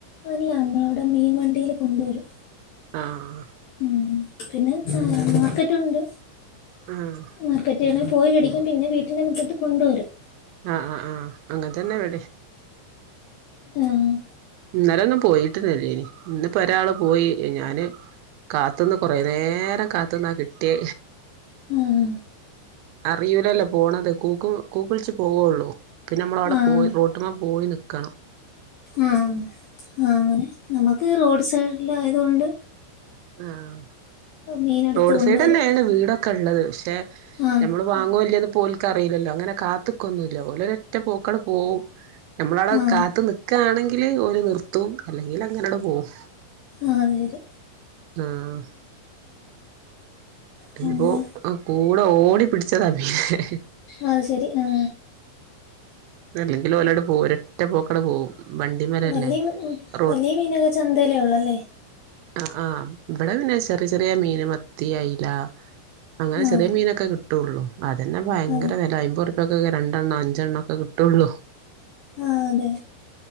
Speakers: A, on the left; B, on the right.
A: അല്ല നമ്മളവിടെ മീൻ വണ്ടിയിൽ കൊണ്ടുവരും
B: ആഹ
A: ഉം പിന്നെ മാർക്കറ്റുണ്ട്.
B: ആഹ
A: മാർക്കറ്റിണെ പോയി പിടിക്കും പിന്നെ വീട്ടിന്റെ മുറ്റത്ത് കൊണ്ടു വരും.
B: ആഹ് ആഹ് ആഹ് അങ്ങൻതന്നെ വിടിം
A: ആഹ്
B: ഇന്നലൊന്നും പോയിട്ടന്നെ ഇല്ലേനി ഇന്നിപ്പൊരാള് പോയി ഞാന് കാത്തുനിക് കൊറേ നേരം കാത്ത്ന്നാ കിട്ട്യേ
A: ആഹ്
B: അറിയുലല്ലേ പോണത് കൂക്കു കൂക്ക്ൾച്ച് പോവൊള്ളൂ പിന്നമ്മളവ്ടെ
A: ആഹ്
B: പോയി റോട്ട്മ പോയ് നിക്ക് ക്കണം
A: ആ ആ അങ്ങനെ നമുക്ക് റോഡ് സൈഡിലായതുകൊണ്ട്
B: ആഹ്
A: മീൻ എടുത്ത്
B: റോഡ്
A: കൊണ്ടുവരും
B: സൈഡന്ന്യാണ് വീടൊക്കെള്ളത് പക്ഷെ
A: ആ
B: ഞമ്മള് വാങ്ങോ ഇല്ല്യേന്ന് പോലൽക്കറിയില്ലല്ലോ ഇങ്ങനെ കാത്ത്ക്കൊന്നുല്ല ഓല് ഒറ്റ പോക്കാണ്ട് പോവും നമ്മളവ്ടെ
A: ആ
B: കാത്ത്നിക്കാണെങ്കില് ഒല് ന് ത്തും അല്ലെങ്കിലങ്ങനാണ്ട് പോവും
A: അതരെ
B: ആഹ്
A: പിന്നെ
B: ഇന്ന്പ്പോ <unintelligible> കൂടെ ഓടി പിട്ച്ചതാ മീനെ
A: അത് ശരി ആ
B: അല്ലെങ്കില് ഒലാട് പോവും ഒരറ്റ പോക്കങ്ങ്ട് പോവും വണ്ടിമേലല്ലേ
A: വലിയ
B: റോ
A: വലിയ മീനൊക്കെ ചന്തയിലെ ഒള്ളല്ലേ
B: ആ ആആഹ ഇവിടെ പിന്നെ ചെറിയ ചെറ റിയ മീൻ മത്തി അയില അങ്ങനെ
A: ആ
B: ചെറിയ മീനൊക്കെ കിട്ടും ട്ടുള്ളൂ അതന്നെ ഭയങ്കര
A: അത്
B: വില അയ്മ്പറുപ്പ രണ്ടെണ്ണം അഞ്ചെണ്ണം ഒക്കെ കിട്ടൂള്ളൂ
A: ആ അതെ